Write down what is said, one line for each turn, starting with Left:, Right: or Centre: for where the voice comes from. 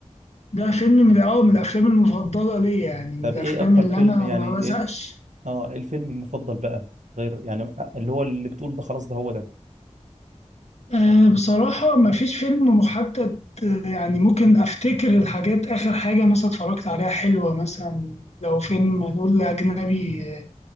Left: ده فيلم من اه من الافلام المفضله ليا يعني من
Right: طب
Left: الافلام
Right: ايه اكتر
Left: اللي
Right: فيلم
Left: انا
Right: يعني
Left: ما بزهقش
Right: ايه اه إيه الفيلم المفضل بقى غير يعني آه، اللي هو اللي بتقول ده خلاص ده هو ده
Left: أه بصراحة ما فيش فيلم محدد آه، يعني ممكن أفتكر الحاجات آخر حاجة مثلا اتفرجت عليها حلوة مثلا لو فيلم نقول أجنبي آه،